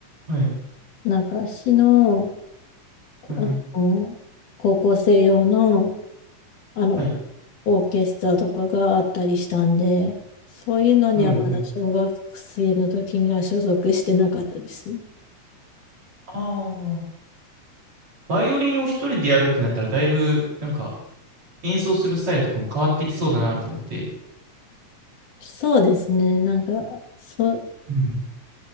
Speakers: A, on the right; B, on the left.
A: はい。
B: なんか市の、こあの、
A: はい。
B: 高校生用の、あの、
A: はい。
B: オーケストラとかがあったりしたんで、そういうのにはまだ小学生の時には所属してなかったですね。
A: うん、うん。ああ。バイオリンを一人でやるってなったら、だいぶ、なんか、演奏するスタイルとかも変わってきそうだなと思って。
B: そうですね。なんか、そあ
A: うん。